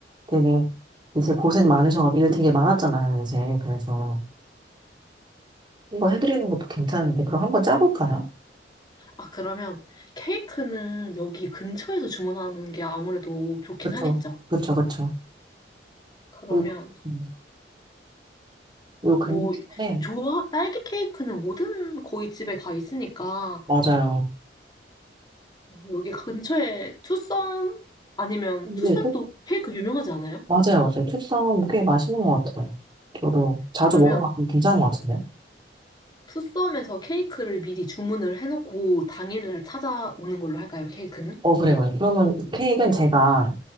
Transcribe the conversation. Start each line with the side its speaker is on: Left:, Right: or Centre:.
Right: 되게 이제 고생 많으셔가지고 일 되게 많았잖아요, 이제. 그래서 이거 해드리는 것도 괜찮은데 그럼 한번 짜볼까요?
Left: 아, 그러면 케이크는 여기 근처에서 주문하는 게 아무래도 좋긴
Right: 그렇죠,
Left: 하겠죠?
Right: 그렇죠, 그렇죠.
Left: 그러면
Right: 요, 음, 요 근처에
Left: 뭐, 좋아? 딸기 케이크는 모든 거의 집에 다 있으니까
Right: 맞아요.
Left: 어, 여기 근처에 투썸 아니면
Right: 이게
Left: 투썸도 케이크 유명하지 않아요?
Right: 맞아요, 맞아요. 캡섬 꽤 맛있는 것 같아요. 저도 자주
Left: 그러면
Right: 먹어봤는데 괜찮은 것 같은데.
Left: 투썸에서 케이크를 미리 주문을 해놓고 당일날 찾아오는 걸로 할까요? 케이크는?
Right: 어, 그래요. 그래요. 그러면 케이크는 제가